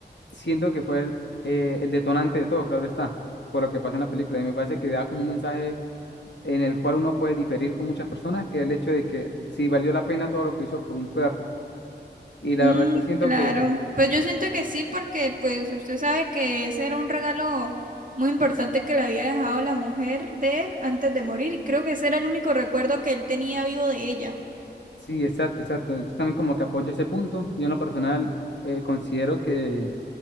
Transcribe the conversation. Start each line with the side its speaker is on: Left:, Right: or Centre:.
Left: siento que fue el, eh, el detonante de todo, claro está, por lo que pasa en la película. Y me parece que da como un mensaje en el cual uno puede diferir con muchas personas, que el hecho de que si valió la pena todo lo que hizo por un perro. Y la
Right: Mm,
Left: verdad yo siento
Right: claro,
Left: que
Right: pues yo siento que sí, porque pues usted sabe que ese era un regalo muy importante que le había dejado la mujer de él antes de morir, y creo que ese era el único recuerdo que él tenía vivo de ella.
Left: sí, exacto, exacto. Yo también como que apoyo ese punto. Yo en lo personal eh, considero que,